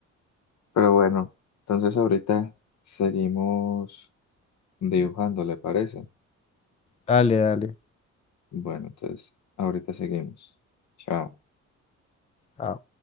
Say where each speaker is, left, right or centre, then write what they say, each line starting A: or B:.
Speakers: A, on the left; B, on the left.
A: Pero bueno, entonces ahorita seguimos dibujando, ¿le parece?
B: Dale, dale.
A: Bueno, entonces ahorita seguimos. Chao.
B: Ah,